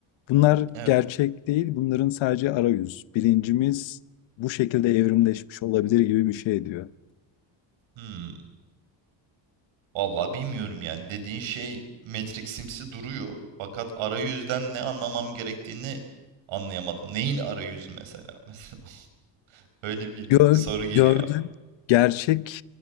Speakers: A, on the left; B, on the right.
A: Bunlar
B: Evet.
A: gerçek değil. Bunların sadece arayüz. Bilincimiz bu şekilde evrimleşmiş olabilir gibi bir şey diyor.
B: Hımm. Vallahi bilmiyorum yani dediğin şey Matrix'imsi duruyor fakat arayüzden ne anlamam gerektiğini anlayamadım. Neyin arayüzü mesela? <laughs> Mesela öyle bir
A: Gör,
B: soru geliyor.
A: gördün. Gerçek